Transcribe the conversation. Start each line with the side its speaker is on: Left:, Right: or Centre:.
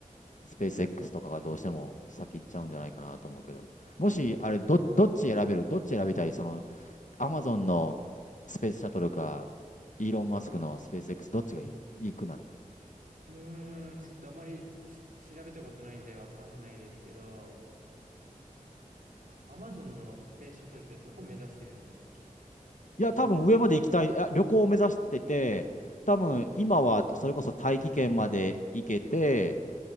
Left: スペース X とかがどうしても先行っちゃうんじゃないかなと思うけど、もし、あれど、どっち選べるどっち選びたいその、アマゾンのスペースシャトルか、イーロン・マスクのスペース X、どっちがいい行くなら。
Right: うーん、ちょっとあまりし調べたことないんでわかんないですけど、アマゾンのスペースシャトルってどこ目指してるんでしたっけ
Left: いや、
Right: 旅行
Left: 多分上まで行きたい、あ旅行を目指してて、多分今はそれこそ大気圏まで行けて、